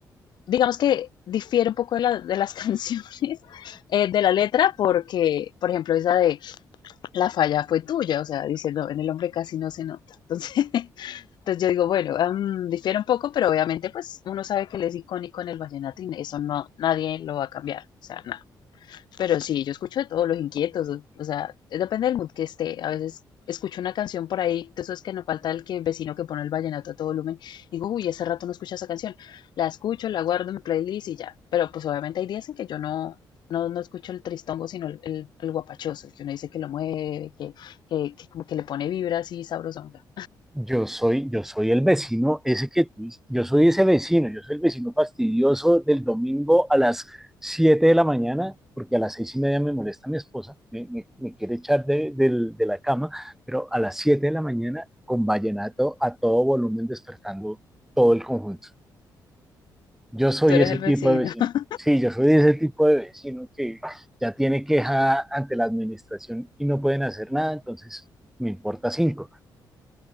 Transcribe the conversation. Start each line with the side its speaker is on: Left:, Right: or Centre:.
Left: digamos que difiere un poco de, la- de las <laughs> canciones, eh, de la letra, porque, por ejemplo, esa de la falla fue tuya, o sea, dice, no, en el hombre casi no se nota. Entonces, <laughs> entonces yo digo, bueno, mm, difiere un poco, pero obviamente pues uno sabe que él es icónico en el vallenato y eso no, nadie lo va a cambiar, o sea, nada. Pero sí, yo escucho de todos los inquietos, o o sea, eh, depende del mood que esté. A veces escucho una canción por ahí, de esos que no falta el que el vecino que pone el vallenato a todo volumen, digo, uy, hace rato no escucho esa canción. La escucho, la guardo en mi playlist y ya. Pero pues obviamente hay días en que yo no, no, no escucho el tristongo, sino el, el, el guapachoso, el que uno dice que lo mueve, que, que, que como que le pone vibra así sabrosonga.
Centre: Yo soy, yo soy el vecino, ese que tú dices, yo soy ese vecino, yo soy el vecino fastidioso del domingo a las 7 de la mañana, porque a las seis y media me molesta mi esposa, me, me- me quiere echar de, del- de la cama, pero a las 7 de la mañana con vallenato a todo volumen despertando todo el conjunto. Yo soy
Left: Tú eres
Centre: ese
Left: el
Centre: tipo
Left: vecino.
Centre: de vecino.
Left: <laughs>
Centre: Sí, yo soy ese tipo de vecino que ya tiene queja ante la administración y no pueden hacer nada, entonces me importa cinco.